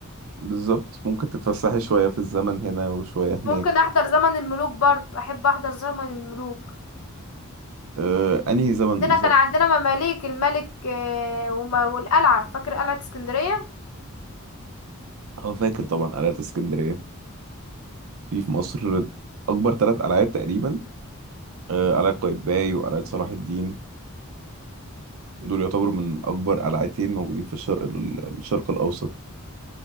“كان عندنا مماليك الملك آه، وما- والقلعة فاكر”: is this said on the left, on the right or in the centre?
Left